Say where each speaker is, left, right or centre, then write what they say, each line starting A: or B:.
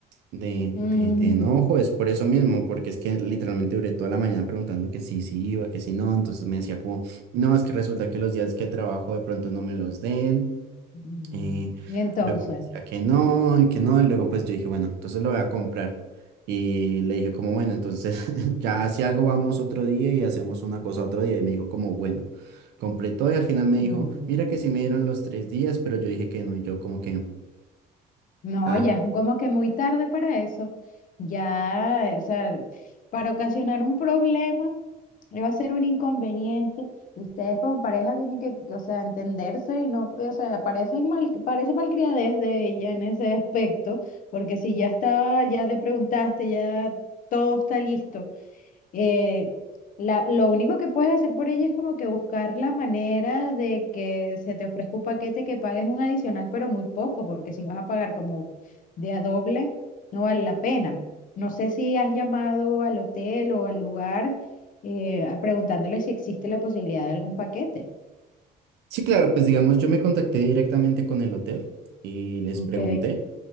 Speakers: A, on the right (about 80°); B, on the left (about 50°).
A: de,
B: Mm,
A: de, de enojo, es por eso mismo, porque es que literalmente duré toda la mañana preguntando que sí, sí iba, que sí no, entonces me decía como, no, es que resulta que los días que trabajo de pronto no me los den,
B: mm.
A: eh,
B: Y entonces,
A: luego me decía que no, y que no, y luego pues yo dije, bueno, entonces lo voy a comprar, y le dije como, bueno, entonces <laughs> ya si algo vamos otro día y hacemos una cosa otro día, y me dijo como, bueno, compré todo y al final me dijo,
B: mm,
A: mira que sí me dieron los tres días, pero yo dije que no, y yo como que...
B: No,
A: Ah,
B: ya, es como que muy tarde para eso. Ya, o sea, para ocasionar un problema, va a ser un inconveniente. y Ustedes como pareja tienen que, o sea, entenderse y no, o sea, parece mal, parece malcriadez de ella en ese aspecto, porque si ya estaba, ya le preguntaste, ya todo está listo eh, la- lo único que puedes hacer por ella es como que buscar la manera de que se te ofrezca un paquete que pagues un adicional, pero muy poco, porque si vas a pagar como de a doble, no vale la pena. No sé si has llamado al hotel o al lugar eh, a- preguntándole si existe la posibilidad de algún paquete.
A: Sí, claro, pues digamos, yo me contacté directamente con el hotel y les
B: Ok,
A: pregunté,